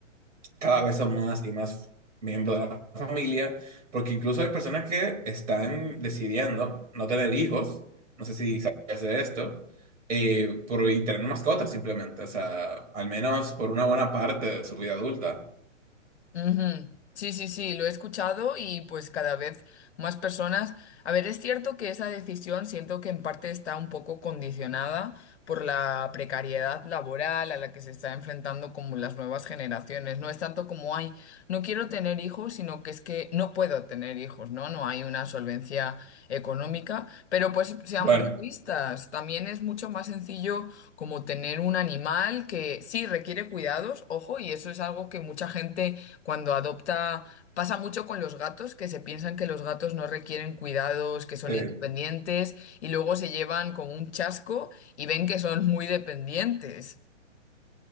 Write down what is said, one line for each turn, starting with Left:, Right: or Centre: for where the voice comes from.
Right: cada vez son más y más miembros de la familia, porque incluso hay personas que están decidiendo no tener hijos, no sé si sabías de esto, eh, por, y tener mascotas simplemente, o sea, al menos por una buena parte de su vida adulta.
Left: Ujú. Sí, sí, sí, lo he escuchado y pues cada vez más personas. A ver, es cierto que esa decisión siento que en parte está un poco condicionada por la precariedad laboral a la que se está enfrentando como las nuevas generaciones. No es tanto como, ay, no quiero tener hijos, sino que es que no puedo tener hijos, ¿no? No hay una solvencia económica. Pero pues seamos
Right: Bueno.
Left: realistas, también es mucho más sencillo como tener un animal que sí requiere cuidados, ojo, y eso es algo que mucha gente cuando adopta, pasa mucho con los gatos, que se piensan que los gatos no requieren cuidados, que son
Right: sí.
Left: independientes, y luego se llevan como un chasco y ven que son muy dependientes.